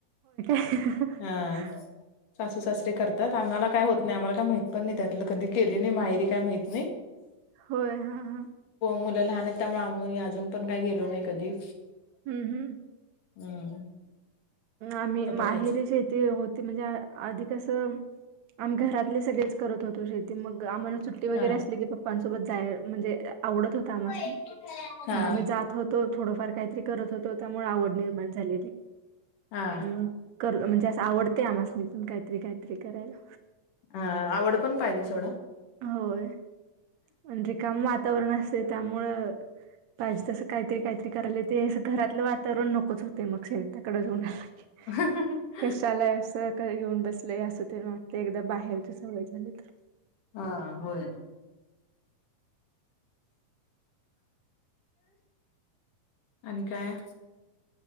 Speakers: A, on the right; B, on the left.
A: ह
B: हा
A: <inaudible>
B: सासू सासरीे करतात आम्हाला काय होत नाही आम्हाला काय माहित पण नाही त्यातलं कधी केली नाही माहेरी. काय माहित नाही.
A: होय हा हा
B: मुलं लहान आहेत त्यामुळे आम्ही अजून पण काही गेलो नाही कधी.
A: हम्म हम्म.
B: हम्म.
A: आम्ही
B: तर बघायचं
A: माहेरी शेती होती म्हणजे अधिकसं. आम्ही घरातले सगळेच करत होतो शेती मग आम्हाला सुट्टी वगैरे
B: हा
A: असली कीप्. ्पसोबत जाय म्हणजे आवडत होता आमस
B: हा
A: मी मग आम्ही जात. होतो थोडंफार काहीतरी करत होतो त्यामुळे आवड निर्माण झालेली.
B: हा
A: अम् कर म्हणजे असं आवडते आमसनी पण काहीतरी काहीतरी करायला.
B: अ आवड पण पाहिजे थोडं.
A: होय म्हण रे काम वातावरण असते त्यामुळं. पाहिजे तसं काहीतरी काहीतरी करायला ते अस घरातलं वातावरण नकोच होते मग शेताकडे ज होण्याला.
B: ह.
A: कशाला असं घेऊन बसलय असं ते वाटते एकदा बाहेरच सवय झाली तर.
B: हा होय. आणि काय.